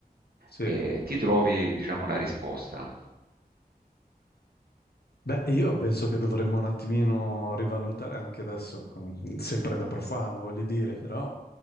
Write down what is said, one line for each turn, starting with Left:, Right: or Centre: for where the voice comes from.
Left: sì.
Right: eh, ti trovi, diciamo, la risposta.
Left: Beh, io penso che dovremmo un attimino rivalutare anche adesso, mm, sempre da profano, voglio dire, però